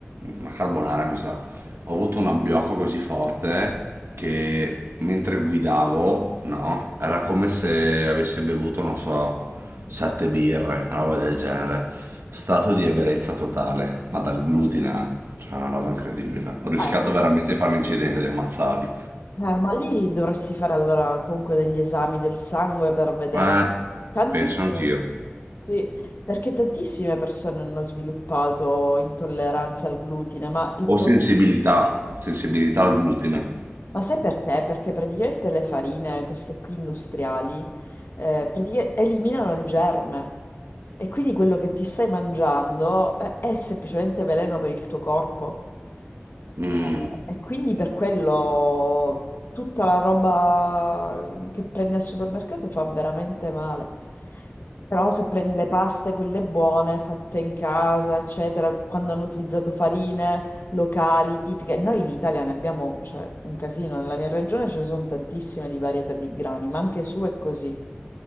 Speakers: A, on the right; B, on the left.
A: una carbonara mi sa. Ho avuto un abbiocco così forte che mentre guidavo, no? Era come se avessi bevuto, non so, sette birre, una roba del genere. Stato di ebbrezza totale, ma dal glutine, eh. cioè una roba incredibile. Ho rischiato
B: Eh,
A: veramente di fare l'incidente, di ammazzarmi.
B: eh, ma lì dovresti fare allora comunque degli esami del sangue per vedere
A: Eh,
B: tantissimo.
A: penso anch'io.
B: Sì, perché tantissime persone hanno sviluppato intolleranza al glutine, ma il
A: Ho
B: problema...
A: sensibilità, sensibilità al glutine.
B: sì. Ma sai perché? Perché praticamente le farine, queste qui industriali, eh, pratica- eliminano il germe e quindi quello che ti stai mangiando eh, è semplicemente veleno per il tuo corpo.
A: Mm,
B: Eh, e quindi per quello tutta la roba che prendi al supermercato fa veramente male. Però se prendi le paste, quelle buone, fatte in casa, eccetera, quando hanno utilizzato farine locali, tipiche, noi in Italia ne abbiamo, cioè, un casino, nella mia regione ce ne sono tantissime di varietà di grani, ma anche su è così,